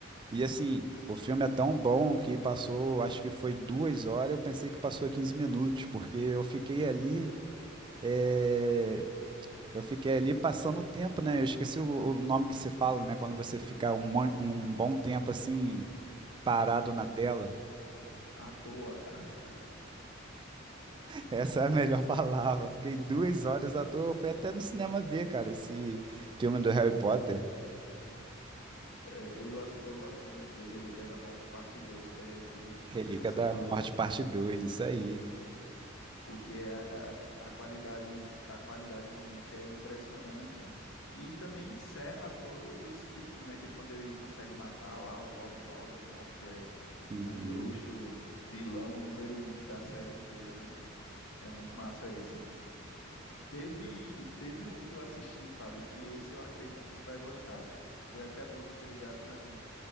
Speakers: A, on the right (about 25°); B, on the left (about 80°).
A: E assim, o filme é tão bom que passou, acho que foi duas horas, eu pensei que passou 15 minutos, porque eu fiquei ali, é, eu fiquei ali passando o tempo, né? Eu esqueci o, o nome que se fala, né? Quando você fica um, mon- um bom tempo assim Parado na tela.
B: À toa. <laughs>
A: Essa é a melhor <laughs> palavra. Fiquei duas horas à toa. Fui até no cinema ver, cara, esse filme do Harry Potter.
B: É, eu gosto, eu gosto muito do Relíquias da Morte, parte 2, que é esse último
A: Relíquia
B: que você
A: da
B: falou.
A: Morte, parte 2, isso aí.
B: porque a, a, a qualidade, a qualidade realmente é impressionante e também encerra todo o ciclo, né? Que é quando ele consegue matar lá o Lord Voldemort, que é tipo
A: Uhum.
B: o bruxo vilão número um da série inteira, né? É muito massa esse. Teve, teve um que eu assisti, Fábio, que esse eu acredito que tu vai gostar. Foi até bom tu ter ligado para mim,